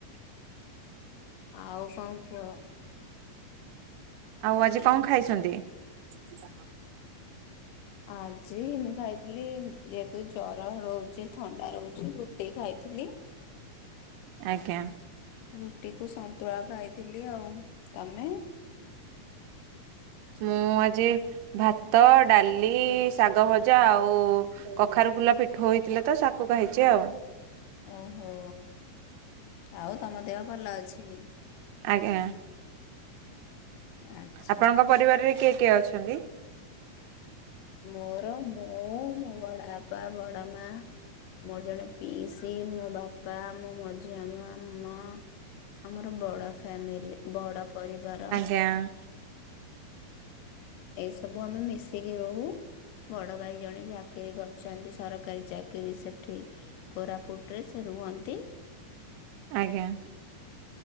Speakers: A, on the left; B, on the right.
A: ଆଉ କଣ କୁହ?
B: ଆଉ ଆଜି କଣ ଖାଇଛନ୍ତି? <inaudible>
A: ଆଜି ମୁଁ ଖାଇଥିଲି ଯେହେତୁ ଜର ରହୁଛି ଥଣ୍ଡା ରହୁଛି ରୁଟି ଖାଇଥିଲି।
B: ଆଜ୍ଞା।
A: ରୁଟି କୁ ସନ୍ତୁଳା ଖାଇଥିଲି ଆଉ ତମେ?
B: ମୁଁ ଆଜି ଭାତ ଡାଲି ଶାଗ ଭଜା ଆଉ କଖାରୁ ଫୁଲ ପିଠୋଉ ହେଇଥିଲେ ତ ଶାକୁଖାଇଚି ଆଉ।
A: ଓହୋ ଆଉ ତମ ଦେହ ଭଲ ଅଛି?
B: ଆଜ୍ଞା
A: ଆଚ୍ଛା।
B: ଆପଣଙ୍କ ପରିବାରରେ କିଏ କିଏ ଅଛନ୍ତି?
A: ମୋର ମୁଁ ବଡ ବାପା ବଡ ମା ମୋର ଜଣେ ପିଇସି ମୋ ବାପା ମୋ ମଝିଆ ମା ମୋ ମା ଆମର ବଡ ଫ୍ୟାମିଲି ବଡ ପରିବାର।
B: <unintelligible>
A: ଏଇ ସବୁ ଆମେ ମିଶିକି ରହୁ ବଡ ଭାଇ ଜଣେ ଯା କିରୀ କରିଛନ୍ତି ସରକାରୀ ଚାକିରୀ ସେଠି କୋରାପୁଟ ରେ ସେ ରୁହନ୍ତି।
B: ଆଜ୍ଞା।